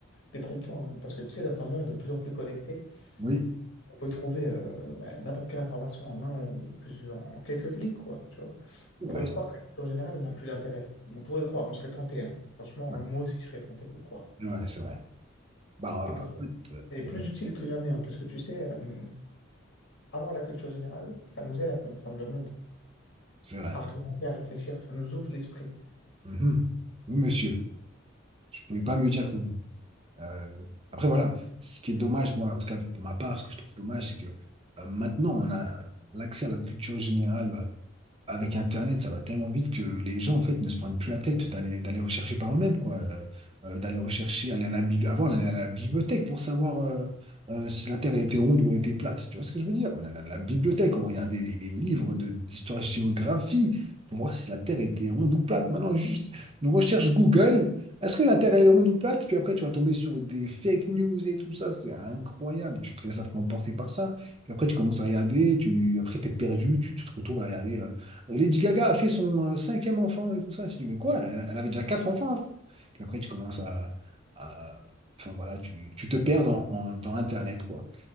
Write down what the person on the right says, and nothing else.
oui.
Ouais,
c'est
ouais,
ouais, c'est vrai. Bah,
euh, en fait, euh,
ouais,
c'est vrai.
Mhm. Oui, monsieur. Je ne pouvais pas me dire que vous. Euh, après, voilà, ce qui est dommage, moi, en tout cas pour ma part, ce que je trouve dommage, c'est que euh, maintenant, on a l'accès à la culture générale. bah, avec Internet, ça va tellement vite que les gens, en fait, ne se prennent plus la tête d'aller d'aller rechercher par eux-mêmes, quoi. Euh, euh, d'aller rechercher, aller à la bibli- Avant, on allait à la bibliothèque pour savoir euh, euh, si la Terre était ronde ou elle était plate. Tu vois ce que je veux dire? On allait à la bibliothèque, on regardait des, des livres de- d'histoire-géographie pour voir si la Terre était ronde ou plate. Maintenant, juste une recherche Google, est-ce que la Terre, elle est ronde ou plate? Puis après, tu vas tomber sur des fake news et tout ça. C'est incroyable. Tu te laisses après emporter par ça. Puis après, tu commences à regarder, tu... après, t'es perdu, tu, tu te retrouves à regarder. euh, euh, Lady Gaga a fait son euh, cinquième enfant et tout ça. Je dis, mais quoi? Elle, elle avait déjà quatre enfants avant. Puis après, tu commences à, à- enfin voilà, tu, tu te perds dans, en- dans Internet, quoi.